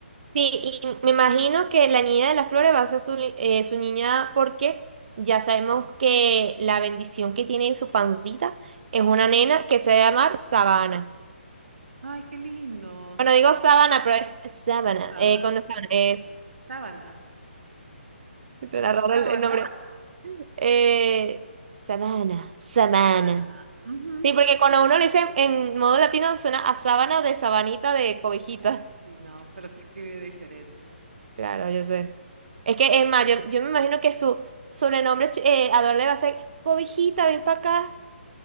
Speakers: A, on the right; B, on the right.
A: Sí, y me imagino que la niña de las flores va a ser su, li- eh, su niña porque ya sabemos que la bendición que tiene en su pancita es una nena que se va a llamar Sabana.
B: Ay, qué lindo,
A: Bueno,
B: sí,
A: digo Sabana, pero es Sabana.
B: saba
A: Eh, con Sabana es...
B: sábana,
A: Será raro
B: <laughs> ¿sábana?
A: el el nombre. Eh, Sabana, Sabana.
B: Sabana, ujú.
A: Sí, porque cuando uno le dice en modo latino suena a sábana de sabanita de cobijita.
B: Sí, sí, sí, no, pero se escribe diferente.
A: Claro, yo sé. Es que es más, yo, yo me imagino que su sobrenombre eh, Ador le va a ser cobijita, ven para acá.